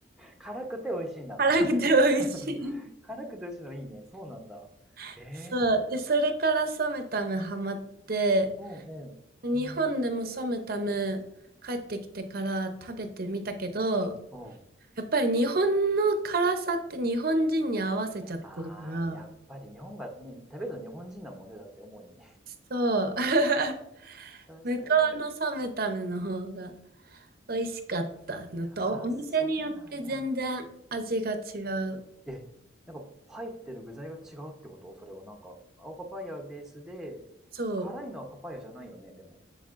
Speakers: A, in the centre; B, on the right (about 50°).
A: 辛くて美味しいんだ。
B: 辛くて美味しい。
A: <laughs> 辛くて美味しいのいいね。そうなんだ。
B: <laughs>
A: え
B: そう。で、それからソムタムハマって、
A: ー、うんうん。
B: 日本でもソムタム帰ってきてから食べてみたけど、
A: うん。
B: やっぱり日本の辛さって日本人に合わせちゃってるから、
A: ああ、やっぱり日本が、ね、食べるの日本人なもんね、だって主に。
B: そう。<laughs>
A: <laughs> 確かに。
B: 向こうのソムタムの方が美味しかったのと、
A: あ、
B: お店によって全然味が違う。
A: そうなんだ。え、なんか入ってる具材が違うってことそれはなんか、青パパイヤベースで、
B: そ
A: 辛いのはパパイヤじゃないよね、でも。